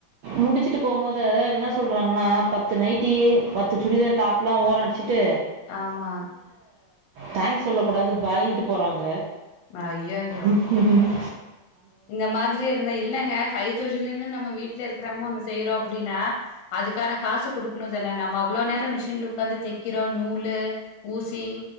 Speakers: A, on the right; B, on the left.
A: முடிச்சுட்டு போகும்போது என்ன சொல்கிறாங்கன்னா பத்து நைட்டி பத்து சுடிதார் டாப்பொல்லாம் ஓரம் அடிச்சிட்டு
B: ஆமா
A: தேங்க்ஸ் சொல்ல கூடாது பாயின்ட்டு போறாங்க
B: ஐயையோ
A: உம்ம்
B: இந்த மாதிரி இருந்தா இல்லைங்க கை தொழிலன்னு நம்ம வீட்டுல இருக்கிறவங்க ஒன்னு செய்யறோம் அப்படின்னா அதுக்கான காசு குடுக்கணும் தானே நம்ம அவ்வளவு நேரம் மிஷின்ல உட்காந்து தைக்கிறோம் நூலு ஊசி